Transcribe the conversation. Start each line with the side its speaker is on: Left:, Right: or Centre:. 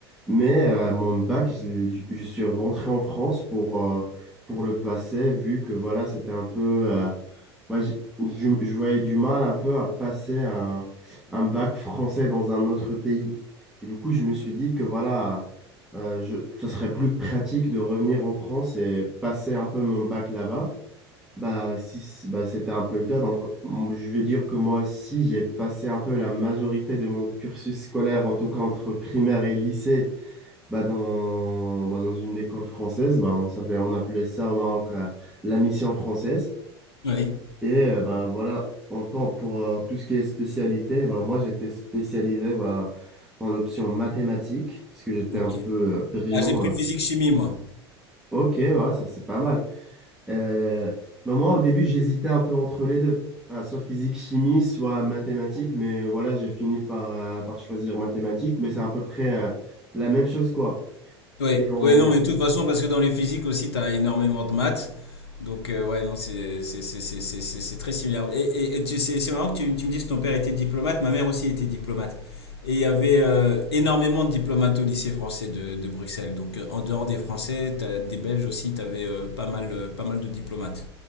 Centre: Mais euh, mon bac, je, l'ai- je- je suis rentré en France pour, euh, pour le passer, vu que voilà, c'était un peu... euh, moi, je, je- je voyais du mal un peu à passer un, un bac français dans un autre pays. Et du coup, je me suis dit que voilà, euh, je, ça serait plus pratique de revenir en France et passer un peu mon bac là-bas. Bah, si, c- bah, c'était un peu le cas. Donc, m- je vais dire que moi aussi, j'ai passé un peu la majorité de mon cursus scolaire, en tout cas entre primaire et lycée, bah, dans, bah, dans une école française. Bah, on s'appelait, on appelait ça au Maroc euh, la mission française.
Left: ouais,
Centre: Et euh, bah, voilà, en tant pour euh, tout ce qui est spécialité, bah, moi j'étais spécialisé bah, dans l'option mathématiques, parce que j'étais
Left: ok.
Centre: un peu euh, brillant.
Left: Ah, j'ai pris
Centre: euh.
Left: physique-chimie, moi.
Centre: Ok, ouais, ça c'est pas mal. Euh, bah moi, au début, j'hésitais un peu entre les deux, Voilà, soit physique, chimie, soit mathématiques, mais voilà, j'ai fini par, euh, par choisir mathématiques, mais c'est à peu près euh, la même chose, quoi.
Left: Ouais,
Centre: Et on...
Left: ouais, non, mais de toute façon, parce que dans les physiques aussi, tu as énormément de maths. Donc, euh, ouais, non, c'est c'est- c'est- c'est- c'est- c'est- c'est très similaire. Et, et, et tu- c'est c'est marrant que tu, tu me dises que ton père était diplomate, ma mère aussi était diplomate. Et il y avait euh, énormément de diplomates au lycée français de, de Bruxelles. Donc, euh, en dehors des Français, t'as des Belges aussi, tu avais pas mal, euh, pas mal de diplomates.